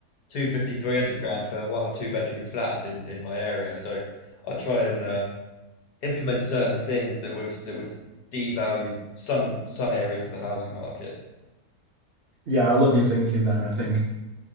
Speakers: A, on the left; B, on the right.
A: two fifty three hundred grand for a one or two bedroom flat in in my area so I'll try and uh, implement certain things that would that would devalue some some areas of the housing market.
B: Yeah, I love your thinking there. I think